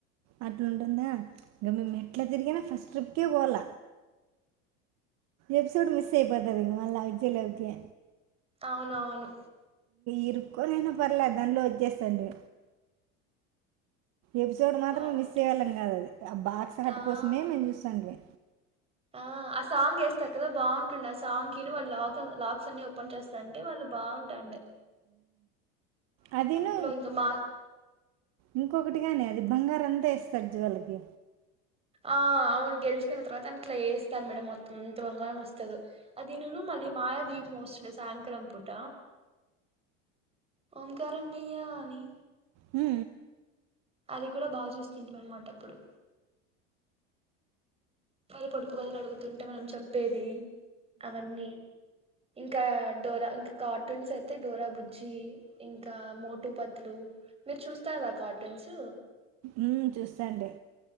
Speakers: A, on the right; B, on the right.
A: అట్లాంటుందా ఇంక మేము ఎట్ల తిరిగిన ఫస్ట్ ట్రిప్కే పోాల ఎపిసోడ్ మిస్ అయిపోతది మళ విజల ఓకే
B: అవునవును
A: ఇరుక్కనైన పర్లేదు దానిట్లో వచ్చేస్తది ఎపిసోడ్ మాత్రంే
B: బాగుంటాయి
A: మిస్ అమ్మేవాళ్ళం కాదండి అది ఆ బాక్స్ హట్
B: ఆ
A: కోసమే మేము చూస్తాంే
B: ఆ ఆ సాంగ్ వేస్తాారు కదా బాగుంటుంది ఆ సాంగ్ కిని వాళ్ళు లాక్ లాక్స్ అన్ని ఓపెన్ చేస్తా అంటే వాళ్ళు బాగుంటాం డె
A: అదిను
B: ఇంకా మా
A: ఇంకొ ఒకటిగానే అది బంగారు అంతా వేస్తడు చివర వాళ్ళకి
B: ఆ అవును గెలుచుకున్న తర్వాత అని ఇట్లా వేస్తారు మేడం మొత్తంంత బంగారం వస్తదో అది ను అద మాయ దీప్్ వస్తుంట సాయంకాలం పూట ఓమ్ కారం నెయ్యా అది
A: హు
B: అది కూడ బాగ చూస్తుంటమనమాటప్పుడు వాల్ పొడుపు కదలు అడుగుతుంటే మనం చెప్పేది అవన్నీ ఇంకా డోరా ఇంకా కార్టూన్స్ అయితే డోరా బుజ్జి ఇంకా మోటుపట్లు మీరు చూస్తార కార్టూన్స్
A: ఉ చూస్తాండి